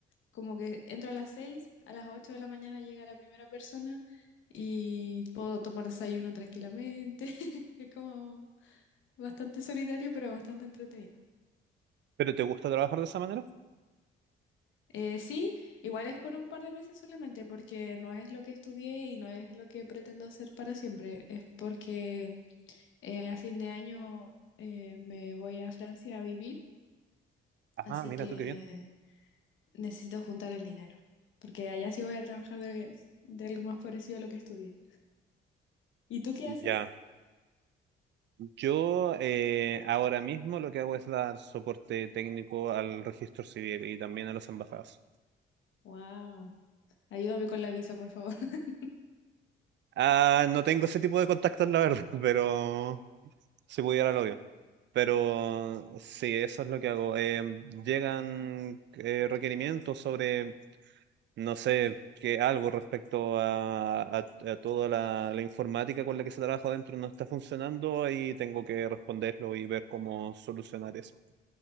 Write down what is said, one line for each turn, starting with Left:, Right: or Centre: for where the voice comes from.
Left: como que entro a las seis a las 8 de la mañana llega la primera persona y puedo tomar desayuno tranquilamente. <laughs> Es como bastante solitario, pero bastante entretenido.
Right: ¿pero te gusta trabajar de esa manera?
Left: Eh, sí, igual es por un par de meses solamente, porque no es lo que estudié y no es lo que pretendo hacer para siempre. Es porque eh, a fin de año eh, me voy a Francia a vivir,
Right: Ah,
Left: así
Right: mira
Left: que
Right: tú qué bien.
Left: necesito juntar el dinero, porque allá sí voy a trabajar de, de algo más parecido a lo que estudié. ¿Y tú qué haces?
Right: Ya, yo eh, ahora mismo lo que hago es dar soporte técnico al registro civil y también a las embajadas.
Left: Wow. Ayúdame con la visa, por favor. <laughs>
Right: Ah, no tengo ese tipo de contactos, la verdad, <laughs> pero si pudiera lo haría. Pero sí, eso es lo que hago. Eh, llegan eh, requerimientos sobre, no sé, que algo respecto a, a- a toda la, la informática con la que se trabaja dentro no está funcionando y tengo que responderlo y ver cómo solucionar eso.